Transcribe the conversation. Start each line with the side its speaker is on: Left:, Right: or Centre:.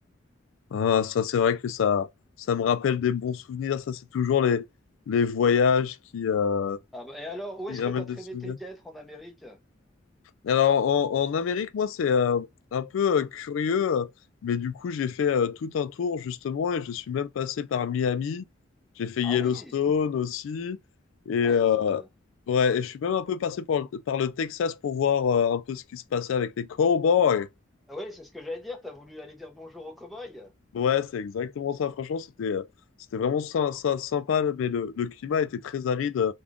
Left: Ah, ça, c'est vrai que ça, ça me rappelle des bons souvenirs. Ça, c'est toujours les, les voyages qui, euh,
Centre: Ah bah, et alors, où
Left: qui
Centre: est-ce
Left: ramènent
Centre: que t'as
Left: des
Centre: traîné
Left: souvenirs.
Centre: tes guêtres en Amérique?
Left: Alors, en, en Amérique, moi, c'est euh, un peu euh, curieux, euh, mais du coup, j'ai fait euh, tout un tour, justement, et je suis même passé par Miami. J'ai fait
Centre: Ah
Left: Yellowstone
Centre: oui!
Left: aussi. Et, euh,
Centre: Ah ça, ça. euh,
Left: ouais, et je suis même un peu passé par, par le Texas pour voir euh, un peu ce qui se passait avec les cowboys.
Centre: Ah oui, c'est ce que j'allais dire. T'as voulu aller dire bonjour aux cow-boys?
Left: Ouais, c'est exactement ça. Franchement, c'était euh, c'était vraiment sy- sy- sympa, mais le, le climat était très aride.